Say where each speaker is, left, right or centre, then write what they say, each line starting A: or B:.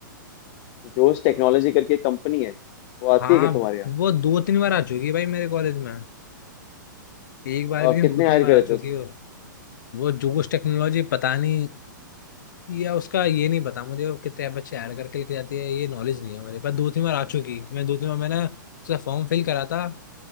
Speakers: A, on the left; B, on the left.
A: जोश टेक्नोलॉजी करके कंपनी है वो आती
B: हाँ
A: है क्या तुम्हारे यहाँ
B: वो दो तीन बार आ चुकी है भाई मेरे कॉलेज में एक बार
A: और
B: भी नहीं
A: कितने
B: दो तीन
A: हायर
B: बार
A: करे
B: आ चुकी
A: थे उसने
B: है और वो जोश टेक्नोलॉजी पता नहीं या उसका ये नहीं पता मुझे वो कितने बच्चे हायर करके लेके जाती है ये नॉलेज नहीं है मेरे पास दो तीन बार आ चुकी मैं दो तीन बार मैंने उसका फॉर्म फिल करा था